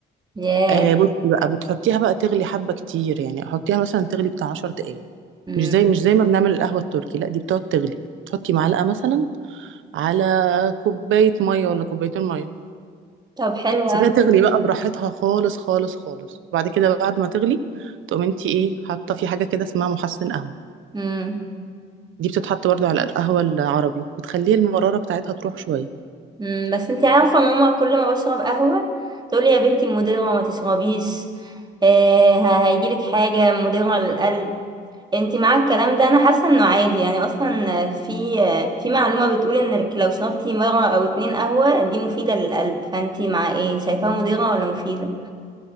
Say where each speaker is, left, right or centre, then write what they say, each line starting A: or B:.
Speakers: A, on the right; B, on the right.
A: ياه
B: آه بصي بقى بتحطيها بقى تغلي حبه كتير يعني حطيها مثلا تغلي بتاع 10 دقائق
A: أمم.
B: مش زي مش زي ما بنعمل القهوه التركي لا دي بتقعد تغلي تحطي معلقه مثلا على كوبايه ميه ولا كوبايتين ميه
A: طب حلو
B: سيبيها
A: أوي
B: تغلي بقى براحتها خالص خالص خالص وبعد كده بعد ما تغلي تقوم انت ايه حاطه في حاجه كده اسمها محسن قهوه
A: أمم.
B: دي بتتحط برضو على القهوه العربي بتخلي المراره بتاعتها تروح شويه
A: مم، بس انت عارفة ماما كل ما بشرب قهوة تقولي يا بنتي مضرة ما تشربيش آه ه- هيجيلك حاجة مضرة للقلب انت مع الكلام ده انا حاسة انه عادي يعني اصلا في في معلومة بتقول انك لو شربتي مرة او اتنين قهوة دي مفيدة للقلب فانت مع ايه شايفاها مضرة ولا مفيدة